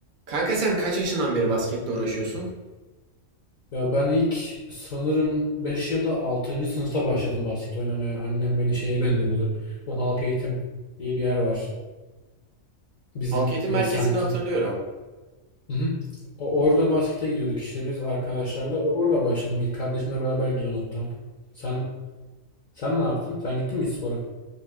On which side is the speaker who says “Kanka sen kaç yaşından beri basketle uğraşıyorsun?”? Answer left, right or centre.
Right